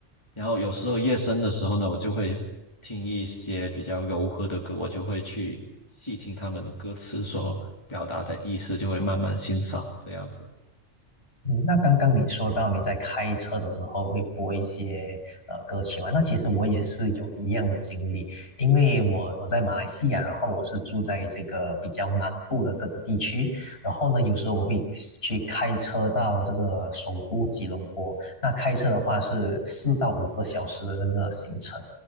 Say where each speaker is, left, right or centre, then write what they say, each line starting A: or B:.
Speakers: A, on the left (about 25°); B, on the left (about 55°).
A: 然后有时候夜深的时候呢，我就会听一些比较柔和的歌，我就会去细听他们歌词所表达的意思，就会慢慢欣赏这样子。
B: 嗯，那刚刚你说到你在开车的时候会播一些呃歌曲嘛？那其实我也是有一样的经历，因为我我在马来西亚，然后我是住在这个比较南部的这个地区，然后呢，有时候我会去开车到这个首都吉隆坡，那开车的话是四到五个小时的这个行程，